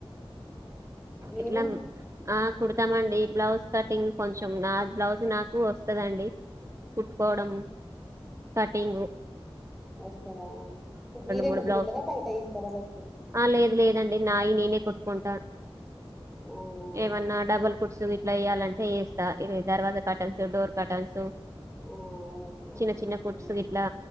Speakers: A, in the centre; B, on the right.
A: మీరు
B: ఎట్లా ఆ కుడతామండి బ్లౌజ్ కటింగ్ కొంచెం నా బ్లౌజ్ నాకు వస్తుందండి కుట్టుకోవడం కటింగు
A: వస్తదా మీరే
B: మూడు
A: కుట్టుకుంటరా
B: బ్లౌజ్
A: బయట ఇస్తారా లైక్
B: ఆ లేదు లేదండి నాయి నేనే కొట్టుకుంటా
A: అవునా
B: ఏమన్నా డబుల్ ఫుడ్సు ఇట్లా ఇయ్యాలంటే చేస్తా దవాజా కట్టల్న్సు డోర్ కటల్సు
A: ఆ ఓకే అండి
B: చిన్న చిన్న ఫుడ్స్
A: ఉమ్,
B: ఇట్లా